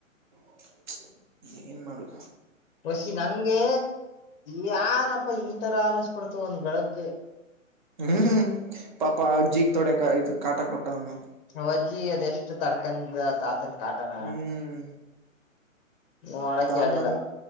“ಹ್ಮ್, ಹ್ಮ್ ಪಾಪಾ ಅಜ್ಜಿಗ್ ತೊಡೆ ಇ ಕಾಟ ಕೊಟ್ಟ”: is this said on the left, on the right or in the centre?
Right